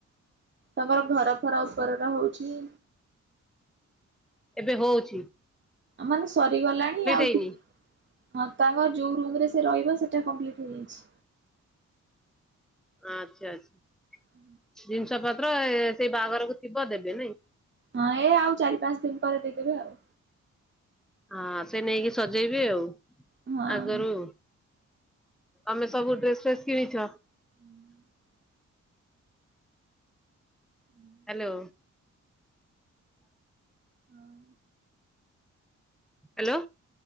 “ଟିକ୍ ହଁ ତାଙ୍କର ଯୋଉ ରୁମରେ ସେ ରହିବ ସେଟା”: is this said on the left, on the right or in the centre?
Right